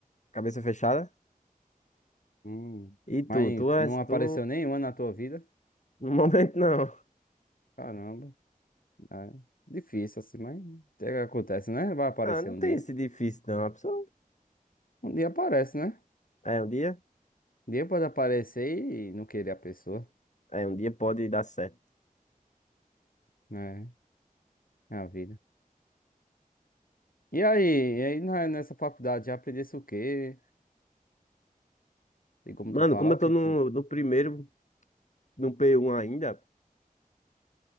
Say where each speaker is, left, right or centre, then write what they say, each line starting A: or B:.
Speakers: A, on the left (about 55°); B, on the left (about 70°).
A: cabeça fechada?
B: Hum,
A: E
B: mas
A: tu? Tu é.
B: não apareceu
A: Tu.
B: nenhuma na tua vida.
A: No <laughs> momento, não.
B: Caramba, é difícil assim, mas é que acontece, né? Vai aparecer
A: Ah, não
B: um
A: tem
B: dia.
A: esse difícil, não. A pessoa.
B: Um dia aparece, né?
A: É, um dia.
B: Um dia pode aparecer e não querer a pessoa,
A: É, um dia pode dar certo.
B: né? É a vida. E aí, e aí na- nessa faculdade já aprendesse o quê? E como
A: Mano,
B: tu falar,
A: como eu
B: o
A: tô
B: que
A: no,
B: tu-
A: no primeiro, no p um ainda,